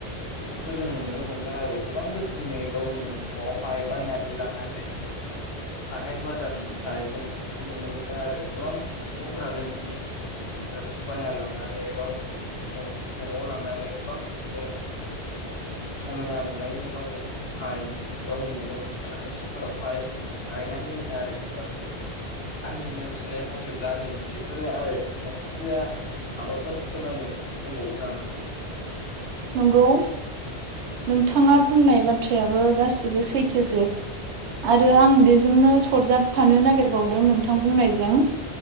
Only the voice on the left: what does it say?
बेफोरखौ जों नुनो मोनदों आरो गोबां रोखोमनि गावनि न'आवहाय बायनानै लांनानै हाथाय बाजारनिफ्राय जों बेखौ नुनो मोनदों आरो गोबां सुबुंफ्रानो बिदि बिबारखौ बायना लांनानै गावनि न'न'आव लांनानै गोबां बिदिनो समायना नुनायनि गावनिफाय गावनि न'नि साखाथिफोरावहाय गायनानै दोनो आरो बिबारफोरखौ। आंनि मोनथिनाय मथेब्ला नै बेफोरो आरो नोंथांजोआ माबाफोर फोरमायनो दंबावो नामा?
औ